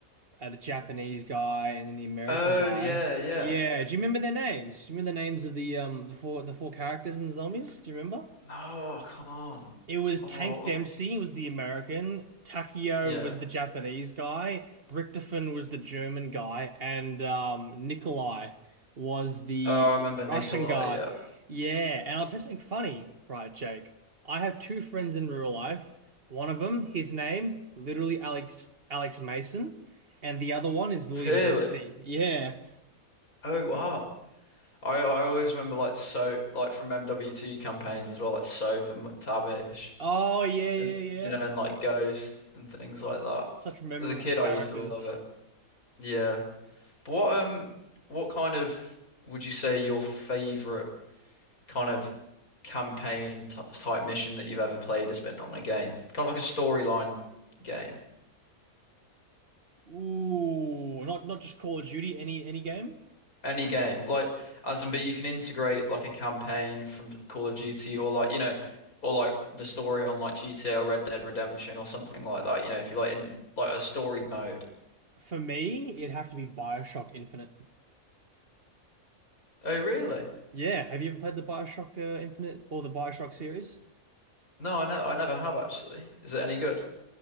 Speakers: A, on the right; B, on the left.
A: uh, the Japanese guy, and then the American
B: Oh
A: guy.
B: yeah, yeah.
A: Yeah, do you remember their names? Do you remember the names of the um the four the four characters in the zombies? Do you remember?
B: No, I can't.
A: It was
B: Oh,
A: Tank Dempsey was the American, Takeo
B: Yeah.
A: was the Japanese guy, Richtofen was the German guy, and um, Nikolai was the
B: Oh, I remember Nikolai.
A: Russian guy.
B: Yeah.
A: Yeah, and I'll tell you something funny, right, Jake? I have two friends in real life. One of them, his name, literally Alex Alex Mason, and the other one is William
B: Really?
A: Dempsey. Yeah.
B: Oh, wow. I I always remember like so like from MWT campaigns as well, like Soap and McTavish,
A: Oh yeah, yeah,
B: and
A: yeah.
B: you know, and like Ghost and things like that.
A: Such memorable
B: As a kid,
A: characters.
B: I used to love it. Yeah. But what um what kind of would you say your favorite kind of campaign t type mission that you've ever played has been on a game? Kind of like a storyline game.
A: Ooh, not not just Call of Duty, any any game?
B: Any game, like as in, but you can integrate like a campaign from Call of Duty or like you know, or like the story on like GTA or Red Dead Redemption or something like that. You know, if you like in like a story mode.
A: For me, it'd have to be BioShock Infinite.
B: Oh, really?
A: Yeah, have you ever played the BioShock uh, Infinite or the BioShock series?
B: No, I know, I never have actually. Is it any good?